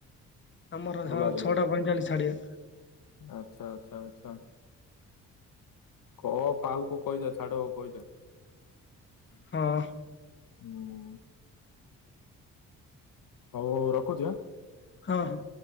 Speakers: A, on the left; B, on the left.
A: ଆମର
B: ବୁଲାବୁଲି
A: ହଁ ଛଅଟା ପଇଁଚାଳିଶ ଛାଡିଆ।
B: ଆଚ୍ଛା, ଆଚ୍ଛା, ଆଚ୍ଛା। କ ପାଲକୁୁ କହିଦ ଛାଡ କହି ଯା।
A: ହଁ।
B: ହୁଁ। ହଉ, ହଉ ରଖୁଚି ହା।
A: ହଁ, ହଁ।